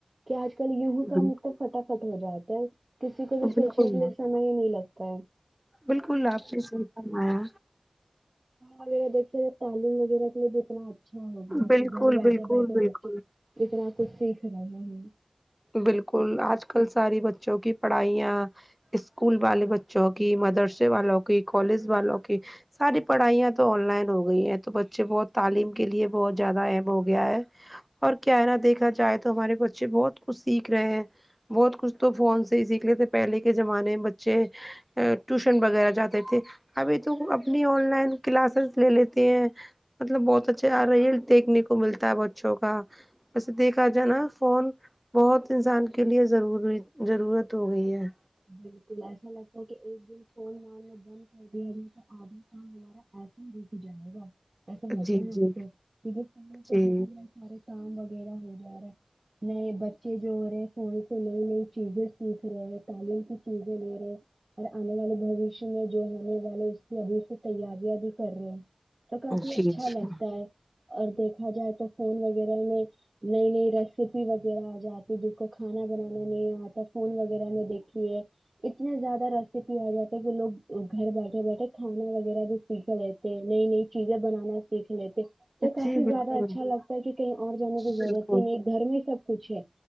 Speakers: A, on the right; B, in the centre.
A: کہ آج کل یو ہی
B: بالکل
A: کام اتنا فٹافٹ ہو جاتا ہے کسی کو بھی
B: بالکل
A: سوچنے کے لیے سمے ہی نہیں لگتا ہے
B: بالکل آپ نے صحیح فرمایا
A: ارے دیکھیے تعلیم وغیرہ کے دتنا اچھا ہوگیا
B: بالکل
A: کہ گھر بیٹھے
B: بالکل
A: بیٹھے
B: بالکل
A: بچے اتنا کچھ سیکھ رہے ہیں ہم
B: بالکل آج کل ساری بچوں کی پڑھائیاں اسکول والے بچوں کی مدرسے والوں کی کالج والوں کی ساری پڑھائیاں تو آن لائن ہو گئی ہیں تو بچے بہت تعلیم کے لیے بہت زیادہ اہم ہو گیا ہے اور کیا نا دیکھا جائے تو ہمارے بچے بہت کچھ سیکھ رہے ہیں بہت کچھ تو فون سے ہی سیکھ لیے تھے پہلے کے زمانے میں بچے ٹیوشن وغیرہ جاتے تھے ابھی تو اپنی آن لائن کلاسز لے لیتے ہیں مطلب بہت اچھے آ رہے ہے دیکھنے کو ملتا ہے بچوں کا ویسے دیکھا جاںے نہ فون بہت انسان کے لیے ضروری ضرورت ہو گئی ہے
A: بالکل ایسا لگتا ہے کہ ایک دن فون مارنا بند کر دیا جائے تو آدھا کام وغیرہ ایسا ہی رک جائے گا ایسا لگتا
B: جی جی
A: ہے ہم کو کی دیکھ
B: جی
A: لیا سارے کام وغیرہ ہو جا رہا ہے نئے بچے جو ہو رہے فون سے نئی نئی چیزیں سیکھ رہے ہیں تعلیم کچھ چیزیں لے رہے ہیں اور آنے والے بوشیہ میں جو ہونے والے اس کی ابھی تیاریاں بھی کر رہے ہیں تو کافی
B: جی
A: اچھا
B: جی
A: لگتا ہے اور دیکھا جائے تو فون وغیرہ میں نئی نئی ریسیپی وغیرہ آ جاتی بالکل کھانا بنانا نہیں آتا فون وغیرہ میں دیکھ اتنے زیادہ ریسیپی آ جاتی ہے کہ لوگ گھر بیٹھے بیٹھے کھانا وغیرہ بھی سیکھ لیتے نئی نئی چیزیں بنانا سیکھ لیتے تو کافی
B: جی
A: زیادہ
B: بالکل
A: اچھا لگتا ہے کہ کہیں اور جانے کی ضرورت
B: بالکل
A: ہی نہیں ایک گھر میں سب کچھ ہے